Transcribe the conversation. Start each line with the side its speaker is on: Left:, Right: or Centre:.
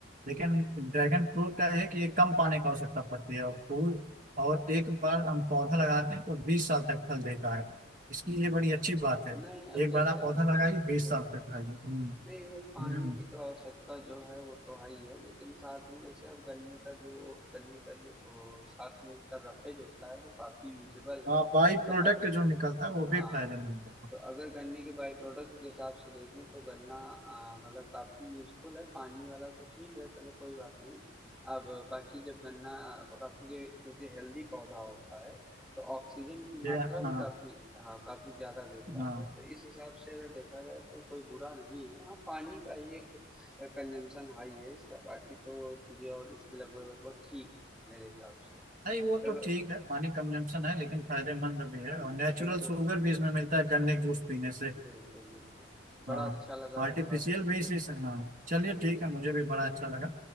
Right: लेकिन ड्रैगन फ्रूट का है कि ये कम पानी की आवश्यकता पड़ती है और फूल और एक बार हम पौधा लगाते हैं तो बीस साल तक फल देता है इसकी
Centre: जी,
Right: ये
Centre: बिल्कुल।
Right: बड़ी अच्छी बात है
Centre: नहीं, अब
Right: एक
Centre: जैसे
Right: बार आप पौधा लगाइए बीस
Centre: बिल्कुल।
Right: साल तक खाइए हम्म
Centre: नहीं, वो पानी
Right: हम्म।
Centre: की तो आवश्यकता जो है वो तो है ही है, लेकिन साथ में जैसे अब गन्ने का जो गन्ने का जो ओ साथ में इसका रफ़ेज होता है वो काफ़ी यूज़ेबल है।
Right: हाँ बाई
Centre: तो
Right: प्रोडक्ट
Centre: अब
Right: जो निकलता है वो
Centre: हाँ,
Right: भी फायदेमंद है
Centre: तो अगर गन्ने के बाय प्रोडक्ट के हिसाब से देखें तो गन्ना आ, मतलब काफ़ी यूज़फुल है पानी वाला तो ठीक है चलो कोई बात नहीं अब बाकी जब गन्ना काफ़ी क्योंकि हेल्दी पौधा होता है तो ऑक्सीजन की मात्रा
Right: ये हाँ
Centre: भी काफ़ी हाँ काफ़ी ज़्यादा देता
Right: हाँ
Centre: है तो इस हिसाब से अगर देखा जाए तो कोई बुरा नहीं है हाँ पानी का ही एक कंजम्पशन हाई है इसका बाकी तो चीज़ें और इसकी लगभग लगभग ठीक है मेरे हिसाब से
Right: नहीं वो
Centre: चलो
Right: तो ठीक है पानी कंजम्पशन है लेकिन फायदेमंद भी है
Centre: हम्म,
Right: और नेचुरल
Centre: बिल्कुल
Right: शुगर भी इसमें मिलता है गन्ने के जूस पीने से
Centre: बिल्कुल, बिल्कुल। बड़ा
Right: हाँ
Centre: अच्छा लगा यार
Right: आर्टिफिशियल
Centre: बात करके।
Right: भी इसी से हाँ चलिए
Centre: बिल्कुल,
Right: ठीक है मुझे भी बड़ा अच्छा लगा